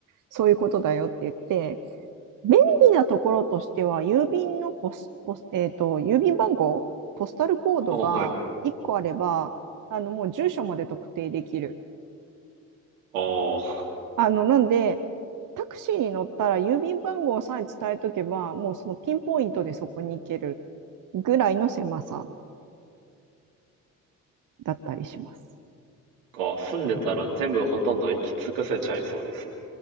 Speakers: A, on the right; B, on the right.
A: そういうことだよって言って、便利なところとしては、郵便のポス、ポス、えっと、郵便番号、ポスタルコードが1個あれば、
B: ああ、はい。
A: あの、もう住所まで特定できる。
B: ああ、
A: あの、なんで、タクシーに乗ったら郵便番号さえ伝えとけば、もうそのピンポイントでそこに行けるぐらいの狭さだったりします。
B: か住んでたら全部ほとんど行き尽くせちゃいそうですね。